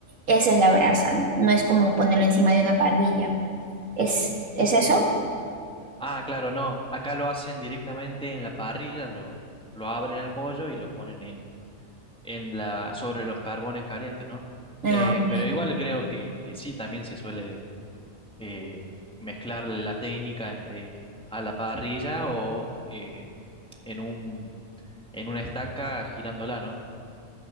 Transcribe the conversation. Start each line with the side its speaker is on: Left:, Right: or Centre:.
Right: esa es la brasa, no es como ponerlo encima de una parrilla. ¿Es, es eso?
Centre: Ah, claro, no. Acá lo hacen directamente en la parrilla, lo, lo abren al pollo y lo ponen en, en la, sobre los carbones calientes, ¿no?
Right: Ah,
Centre: Eh,
Right: ok,
Centre: pero igual creo que, que sí, también se suele eh, mezclar la técnica entre a la parrilla o eh, en un, en una estaca girándola, ¿no?